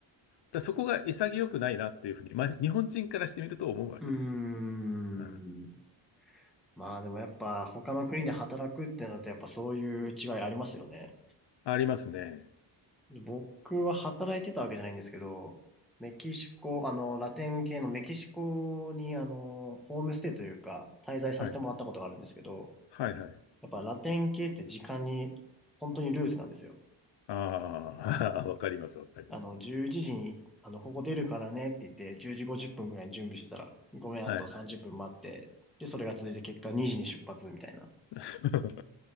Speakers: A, on the left (about 65°); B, in the centre.
A: らそこが潔くないなっていうふうに、まあ、日本人からしてみると思うわけですよね、
B: うーん。
A: うん。
B: まあでもやっぱ他の国で働くってなるとやっぱそういう違いありますよね。
A: ありますね。
B: 僕は働いてたわけじゃないんですけど、メキシコ、あの、ラテン系のメキシコにあの、ホームステイというか滞在させてもらったことがあるんですけど、
A: はい。はいはい。
B: やっぱラテン系って時間に本当にルーズなんですよ。
A: ああ、<laughs> わかります、わかります。
B: あの、11時に、あの、ここ出るからねって言って、10時50分ぐらいに準備してたら、ごめん、あとは30分待って、
A: はい。
B: で、それが続いて結果2時に出発みたいな。
A: <laughs>